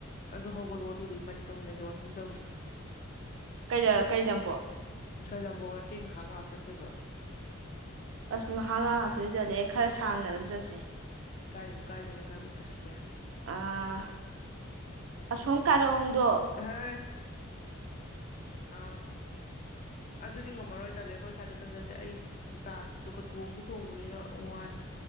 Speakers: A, on the left; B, on the right.
A: ꯑꯗꯣ ꯍꯧꯒꯠꯂꯛꯑꯣ ꯑꯗꯨꯗꯤ ꯃꯟꯅ ꯇꯧꯃꯤꯟꯅꯁꯦ ꯋꯥꯥꯛꯀꯤꯡ ꯆꯧꯁꯦ
B: ꯀꯩꯂꯔ ꯀꯩ ꯂꯝꯕꯣ
A: ꯀꯩ ꯂꯝꯕꯣꯡ ꯅꯠꯇꯦ ꯉꯥꯏꯍꯥꯛ ꯉꯥꯏꯍꯥꯛ ꯆꯠꯇꯣꯏꯕ
B: ꯑꯁ ꯉꯥꯏꯍꯥꯛ ꯉꯥꯏꯍꯥꯛꯇꯣꯏꯗꯗꯤ ꯈꯔ ꯁꯥꯡꯅ ꯑꯗꯨꯝ ꯆꯠꯁꯦ
A: ꯀꯥꯏꯗ ꯀꯥꯏꯗꯅꯩꯅ ꯀꯥꯏꯐꯥꯎ ꯆꯠꯁꯤꯒꯦ
B: ꯑꯥ ꯑꯁꯣꯝ ꯀꯥꯔꯣꯡꯗꯣ
A: ꯍꯥꯏ ꯑꯥ ꯑꯗꯨꯗꯤ ꯉꯝꯃꯔꯣꯏ ꯇꯥꯜꯂꯦ ꯑꯩꯈꯣꯏ ꯁꯥꯏꯗꯗꯪ ꯆꯠꯁꯦ ꯑꯩ ꯗꯥꯟꯁ ꯆꯣꯡꯁꯨ ꯆꯣꯡꯗꯣꯏꯅ ꯋꯥꯅꯤ